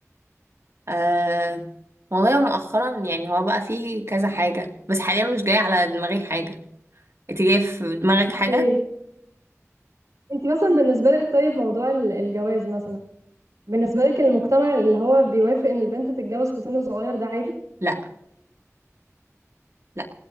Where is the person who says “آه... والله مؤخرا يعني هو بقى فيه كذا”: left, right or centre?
Right